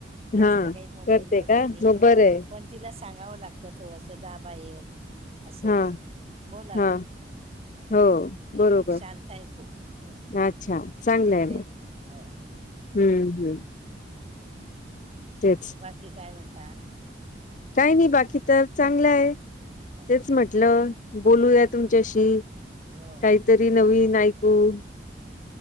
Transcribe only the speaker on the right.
जास्त
काही मोबाईल
बघत
नाही,
पण तिला सांगावं लागतं थोडसं जा बाहेर. असं
बोलावं
लागतं
त्यात
शांत आहे खूप हो
त्यात
हो
बाकी काय म्हणता?
चांगलं
आहे
हो.